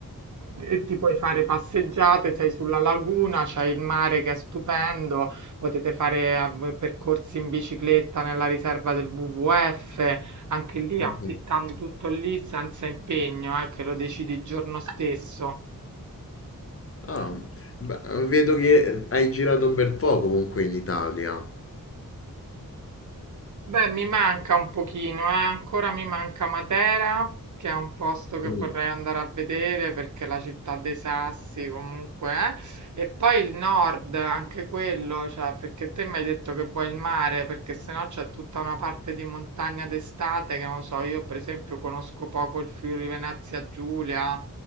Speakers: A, on the right; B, on the left.
A: e ti puoi fare passeggiate, sei sulla laguna, c'è il mare che è stupendo, potete fare eh, percorsi in bicicletta nella riserva del WWF, anche lì
B: Mhm.
A: affittando tutto lì senza impegno, eh, che lo decidi il giorno stesso.
B: Ah, beh, vedo che hai girato un bel po' comunque in Italia.
A: Beh, mi manca un pochino, eh. Ancora mi manca Matera, che è un posto che
B: Mm.
A: vorrei andare a vedere perché è la città dei sassi comunque, eh. E poi il nord, anche quello, cioè, perché te mi hai detto che vuoi il mare, perché sennò c'è tutta una parte di montagna d'estate che non lo so, io per esempio conosco poco il Friuli Venezia Giulia,